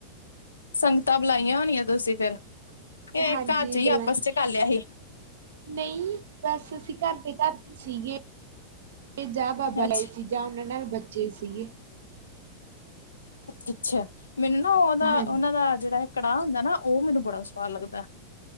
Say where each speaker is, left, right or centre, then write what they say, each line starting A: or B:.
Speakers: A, on the left; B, on the right.
A: ਸੰਗਤਾਂ ਬੁਲਾਈਆਂ ਹੋਣੀਆਂ ਤੁਸੀਂ ਫੇਰ ਇਹ
B: ਹਾਂਜੀ
A: ਘਰ ਚ ਹੀ
B: ਬਲ
A: ਆਪਸ ਚ ਕਰ ਲਿਆ ਸੀ
B: ਨਹੀਂ ਬਸ ਅਸੀਂ ਘਰ ਦੇ ਘਰਦੇ ਸੀਗੇ ਤੇ ਜਾਾਹ ਬਾਬਾ
A: ਅੱਛਾ
B: ਲਏ ਸੀਗੇ ਜਾਂ ਉਹਨਾਂ ਨਾਲ ਬੱਚੇ ਸੀ
A: ਅੱਛਾ ਮੈਨੂੰ ਨਾ ਉਹਦਾ
B: ਹਾਂਜੀ
A: ਉਹਨਾਂ ਦਾ ਜਿਹੜਾ ਕੜਾਹ ਹੁੰਦਾ ਨਾ ਉਹ ਮੈਨੂੰ ਬੜਾ ਸਵਾਦ ਲੱਗਦਾ